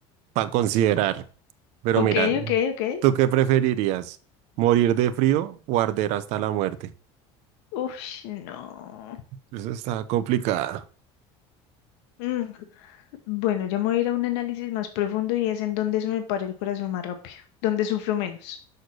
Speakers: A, on the right; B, on the left.
A: para considerar. Pero
B: Ok,
A: mira,
B: ok, ok.
A: ¿tú qué preferirías? ¿Morir de frío o arder hasta la muerte?
B: Uf, no.
A: Eso está complicada.
B: Mm, Bueno, ya me voy a ir a un análisis más profundo y es en dónde se me para el corazón más rápido, dónde sufro menos,